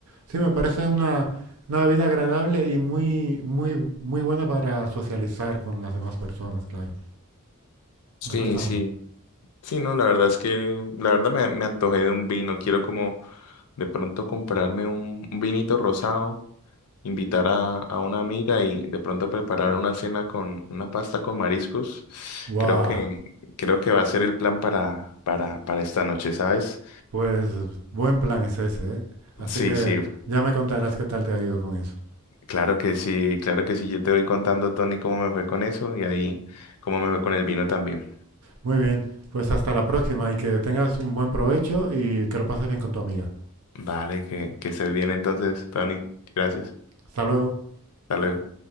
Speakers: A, on the right; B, on the left.
A: Sí, me parece una, una bebida agradable y muy, muy, muy buena para socializar con las demás personas, claro.
B: Sí,
A: Eso está
B: sí.
A: muy...
B: Sí, no, la verdad es que, la verdad me, me antojé de un vino. Quiero como de pronto comprarme un, un vinito rosado invitar a, a una amiga y de pronto preparar una cena con una pasta con mariscos.
A: ¡Guau!
B: Creo que, creo que va a ser el plan para, para, para esta noche, ¿sabes?
A: Pues buen plan es ese, ¿eh? Así
B: Sí,
A: que
B: sí,
A: ya me contarás qué tal te ha ido con eso.
B: claro que sí, claro que sí. Yo te voy contando, Tony, cómo me fue con eso y ahí cómo me fue con el vino también.
A: Muy bien, pues hasta la próxima y que tengas un buen provecho y que lo pases bien con tu amiga.
B: Vale, que, que estés bien entonces, Tony. Gracias.
A: Hasta luego.
B: Hasta luego.